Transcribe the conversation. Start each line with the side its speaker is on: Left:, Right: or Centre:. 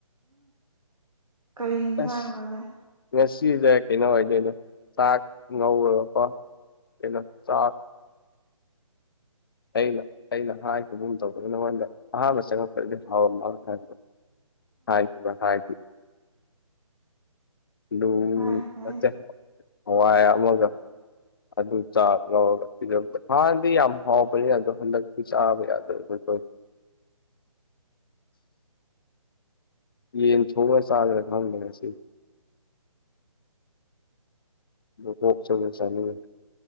Right: ꯀꯔꯤ ꯏꯟꯁꯥꯥꯡꯅꯣꯅꯦ
Left: ꯑꯁ ꯉꯁꯤꯁꯦ ꯀꯩꯅꯣ ꯍꯥꯏꯗꯣꯏꯅꯦ ꯆꯥꯛ ꯉꯧꯔꯒꯀꯣ ꯀꯩꯅꯣ ꯆꯥꯛ ꯑꯩꯅ ꯑꯩꯅ ꯍꯥꯏꯈꯤꯕꯒꯨꯝ ꯇꯧꯕꯗꯗ ꯅꯉꯣꯟꯗ ꯑꯍꯥꯟꯕ ꯆꯪꯉꯛꯄꯗꯗꯤ ꯍꯥꯎꯔꯝ ꯃꯥ ꯍꯥꯏꯕꯗꯣ ꯍꯥꯏ ꯍꯥꯏ ꯂ
Right: ꯍꯥꯏꯒꯦ ꯍꯥꯏꯒꯦ
Left: ꯂ ꯍꯋꯥꯏ ꯑꯃꯒ ꯑꯗꯨ ꯆꯥ ꯂꯧꯔꯒ ꯄꯤ ꯍꯥꯟꯅꯗꯤ ꯌꯥꯝ ꯍꯥꯎ ꯌꯥꯗꯣ ꯍꯟꯗꯛꯇꯤ ꯆꯥꯕ ꯌꯥꯗꯣꯏ ꯌꯦꯟ ꯊꯣꯡꯉ ꯆꯥꯗ꯭ꯔꯒ ꯈꯪꯗ꯭ꯔ ꯁꯤ ꯀꯣꯛ ꯆꯣꯡ ꯆꯅꯤꯡ